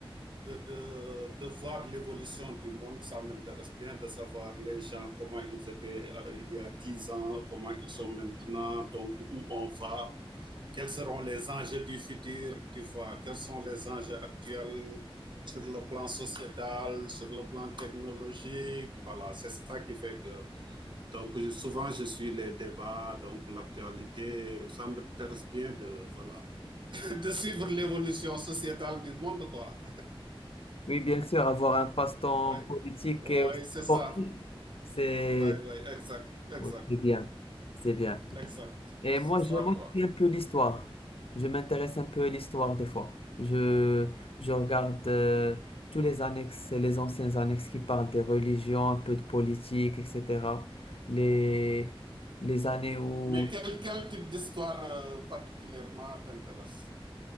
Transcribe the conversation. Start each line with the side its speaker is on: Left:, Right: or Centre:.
Right: de, de, de voir l'évolution du monde. Ça m'intéresse bien de savoir les gens, comment ils étaient euh, il y a 10 ans, comment ils sont maintenant, donc où on va, quels seront les enjeux du futur, tu vois, quels sont les enjeux actuels sur le plan sociétal, sur le plan technologique. Voilà, c'est ça qui fait que donc, je, souvent, je suis les débats, donc l'actualité. Ça m'intéresse bien de, voilà. <laughs> de suivre l'évolution sociétale du monde, quoi.
Left: Oui, bien sûr, avoir un passe-temps
Right: <laughs> ouais
Left: politique
Right: ouais,
Left: et aussi
Right: c'est
Left: sportif,
Right: ça.
Left: c'est
Right: ouais ouais exact, exact,
Left: oui, c'est bien, c'est bien.
Right: exact.
Left: Et
Right: C'est
Left: moi,
Right: ça,
Left: j'aime aussi
Right: quoi.
Left: un peu l'histoire. Je m'intéresse un peu à l'histoire des fois. Je, je regarde euh, tous les annexes, les anciens annexes qui parlent des religions, un peu de politique, etc. Les, les années où
Right: Mais quel, quel type d'histoire euh, particulièrement t'intéresse